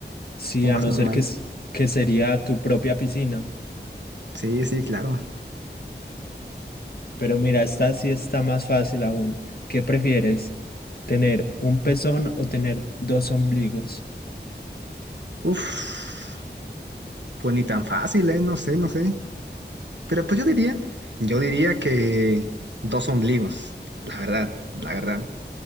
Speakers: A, on the left (about 55°); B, on the right (about 75°).
A: Sí,
B: o
A: a
B: más
A: no
B: normal.
A: ser que, s- que sería tu propia piscina.
B: Sí, sí, claro.
A: Pero mira, esta sí está más fácil aún. ¿Qué prefieres? ¿Tener un pezón o tener dos ombligos?
B: Uf, pues ni tan fácil, ¿eh? No sé, no sé. Pero pues yo diría, yo diría que dos ombligos, la verdad, la verdad.